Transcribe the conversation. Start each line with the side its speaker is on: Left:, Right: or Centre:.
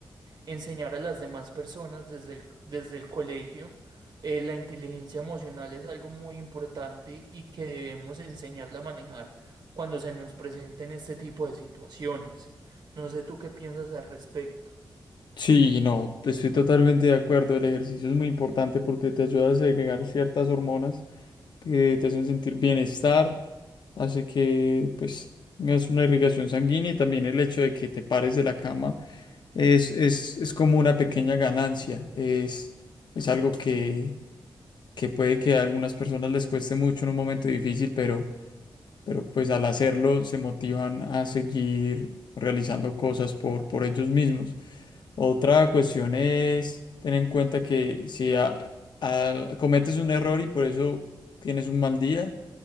Right: enseñar a las demás personas desde el, desde el colegio. Eh, la inteligencia emocional es algo muy importante y que debemos enseñarla a manejar cuando se nos presenten este tipo de situaciones. No sé tú qué piensas al respecto.
Left: Sí, no, estoy totalmente de acuerdo. El ejercicio es muy importante porque te ayuda a segregar ciertas hormonas que te hacen sentir bienestar, hace que pues tengas una irrigación sanguínea y también el hecho de que te pares de la cama es, es, es como una pequeña ganancia. Es, es algo que, que puede que a algunas personas les cueste mucho en un momento difícil, pero pero pues al hacerlo se motivan a seguir realizando cosas por, por ellos mismos. Otra cuestión es tener en cuenta que si a- a- cometes un error y por eso tienes un mal día,